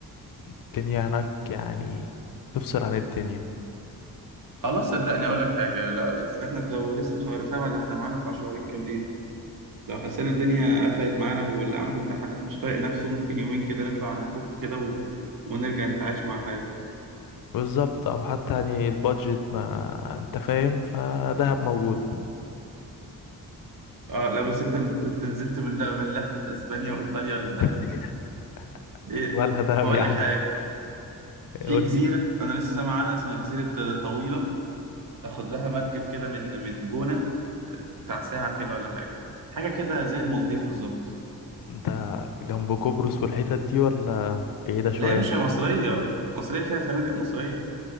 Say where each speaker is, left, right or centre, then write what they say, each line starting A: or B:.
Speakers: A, on the left (about 65°); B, on the right (about 60°).
A: الدنيا هناك يعني تفصل عن الدنيا
B: خلاص صدقني اقول لك حاجه لا أصل احنا لو لسه شهر سبعه ده احنا معانا بتاع شهرين كاملين لو حسينا الدنيا قفلت معانا واللي عنده امتحانات مش طايق نفسه ممكن يومين كده نطلع نفك كده و... ونرجع نتعايش مع حياتنا
A: بالظبط او حتى يعني البادجت ما انت فاهم فدهب موجودة
B: اه لا بس انت انت نزلت من ل- من لفة اسبانيا وايطاليا للدهب
A: <laughs>
B: ايه
A: مالها دهب
B: طب اقول
A: يا
B: لك
A: عم
B: حاجة في
A: قول
B: جزيرة
A: لي
B: انا لسه سامع عنها اسمها جزيرة آه، طويلة تاخد لها مركب كده من من جونة آه، بتاع ساعة كده ولا حاجة حاجة كده زي المالديف بالظبط
A: انت جنب قبرص والحتت دي ولا بعيدة شوية
B: لا يا باشا مصرية مصرية فيها فنادق مصرية